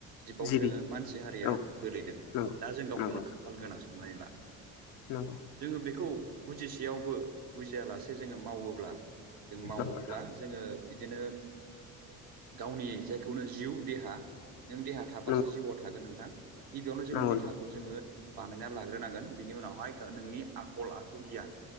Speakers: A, on the right; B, on the left.
A: जिबाव
B: जिबि
A: जोंङो मानसि हारिया
B: औ
A: गोलैदों
B: नंगौ
A: दा जों गावखौनो
B: नंगौ
A: खाफाल गोनां साननानै ला
B: नंगौ
A: जोङो बेखौ बुजिसेयावबो बुजियालासे जोंङो मावोब्ला जों मावोब्ला
B: नंगौ
A: जोंङो बिदिनो गावनि जायखौनो जिउ देहा नों देहा थाबासो
B: नंगौ
A: जिउआव थागोन नोंथां गिबियावनो जोंङो
B: नंगौ
A: देहाखौ
B: नोंथां
A: जोंङो बानायना लाग्रोनांगोन बिनि उनावहाय नोंनि आखल आखु गियान